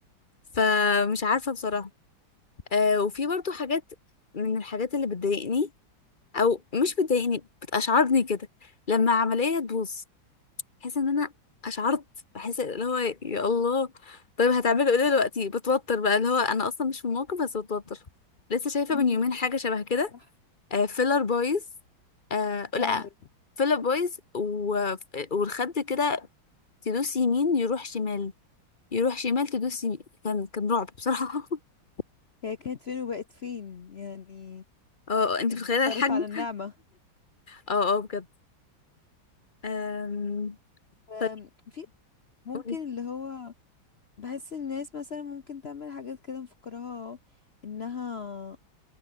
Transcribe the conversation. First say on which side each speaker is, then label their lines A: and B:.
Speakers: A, on the left; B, on the left.
A: فمش عارفة بصراحة آه وفي برضو حاجات من الحاجات اللي بتضايقني أو مش بتضايقني بتأشعرني كده لما عملية تبوظ بحس إن أنا أشعرت بحس اللي هو يا الله طيب هتعملوا ايه دلوقتي بتوتر بقى اللي هو أنا أصلا مش في الموقف بس بتوتر لسه شايفة
B: امم
A: من يومين حاجة شبه كده
B: صح
A: آه فيلر بويز آه لا
B: يا لهوي
A: فيلر بويز و... والخد كده تدوس يمين يروح شمال يروح شمال تدوس يمين كان كان رعب بصراحة <laughs>
B: هي كانت فين وبقت فين يعني
A: اه انت
B: اضطرت
A: متخيلة الحجم
B: على النعمه
A: اه اه بجد أم...
B: أم،
A: طيب
B: في ممكن
A: قولي
B: اللي هو بحس الناس مثلا ممكن تعمل حاجات كده مفكراها انها